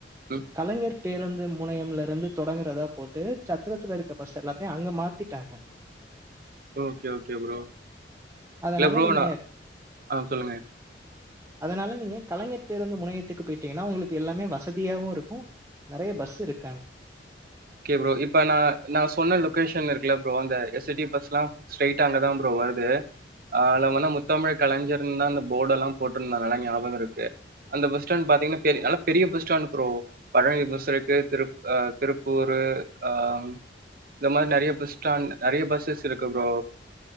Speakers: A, on the right; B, on the right.
A: ம்
B: கலைஞர் பேருந்து முனையம்ல இருந்து தொடங்குறதா போட்டு சத்தரத்துல இருக்க பஸ் எல்லாத்தையு அங்க மாத்திட்டாங்க
A: ஓகே ஓகே ப்ரோ
B: அதனால
A: இல்ல ப்ரோ
B: நீங்க
A: நா ஆ சொல்லுங்க
B: அதனால நீங்க கலைஞர் பேருந்து முனையத்துக்கு போயிட்டீங்கன்னா உங்களுக்கு எல்லாமே வசதியாவு இருக்கு நறைய பஸ் இருக்கு
A: ஓகே ப்ரோ இப்ப நா நா சொன்ன லொகேஷன் இருக்குல ப்ரோ அந்த எஸ் சி டி பஸ்லா ஸ்ட்ரைட்டா அங்க தா ப்ரோ வருது ஆல வனா முத்தமிழ் கலைஞர்னுதா அந்த போர்டு எல்லா போட்ருந்தா நல்லா ஞாபகோ இருக்கு அந்த பஸ் ஸ்டாண்ட் பாத்தீங்கன்னா பெரிய நல்லா பெரிய bus stand bro Palani bus இருக்கு திருப் ஆ திருப்பூரு ஆ இந்த மாரி நறைய பஸ் ஸ்டாண்ட் நெறைய பஸ்ஸஸ் இருக்கு ப்ரோ